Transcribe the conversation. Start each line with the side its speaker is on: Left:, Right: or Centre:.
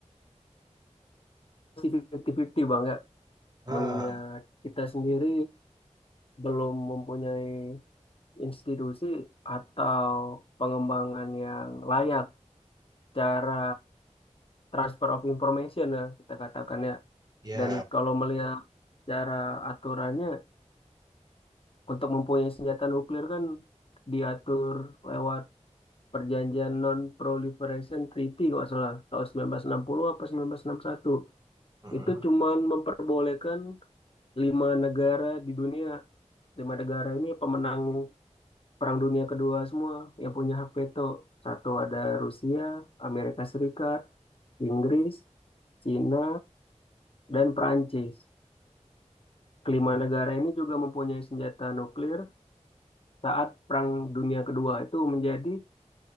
Left: masih 50-50 Bang ya.
Right: Ah
Left: Mengingat kita sendiri belum mempunyai institusi atau pengembangan yang layak cara transfer of information ya, kita katakan ya.
Right: ya,
Left: Dan kalau melihat cara aturannya, untuk mempunyai senjata nuklir kan diatur lewat Perjanjian Non-Proliferation Treaty kalau salah tahun 1960 apa 1961
Right: mm-mm.
Left: itu cuman memperbolehkan lima negara di dunia lima negara ini pemenang Perang Dunia Kedua semua yang punya hak veto satu ada Rusia Amerika Serikat Inggris Cina dan Perancis kelima negara ini juga mempunyai senjata nuklir saat Perang Dunia Kedua itu menjadi